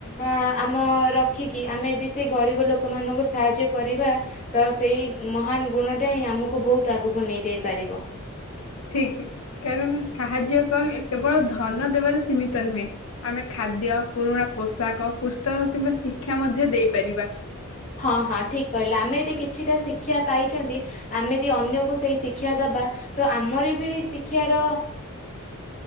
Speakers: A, on the left; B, on the left.
A: ଆ ଆମ ରଖିକି ଆମେ ସେଇ ଗରିବ ଲୋକମାନାନଙ୍କୁ ସାହାଯ୍ୟ କରିବା। ତ ସେଇ ମହାନ ଗୁଣ ଟା ହିଁ ଆମକୁ ବହୁତ ଆଗକୁ ନେଇ ଯାଇ ପାରିବ।
B: ଠିକ୍ ଠିକ୍ କାରଣ ସାହାଯ୍ୟ କଲେ କେବଳ ଧନ ଦେବାରେ ସୀମିତ ନୁହେଁ। ଆମେ ଖାଦ୍ୟ ପୁରୁଣା ପୋଷାକ ପୁସ୍ତକ କିମ୍ବା ଶିକ୍ଷା ମଧ୍ୟ ଦେଇପାରିବା।
A: ହଁ ହଁ ଠିକ୍ କହିଲ ଆମେ ଯଦି କିଛିଟା ଶିକ୍ଷା ପାଇଛନ୍ତି। ଆମେ ଯଦି ଅନ୍ୟକୁ ସେଇ ଶିକ୍ଷା ଦେବା ତ ଆମର ବି ଶିକ୍ଷାର।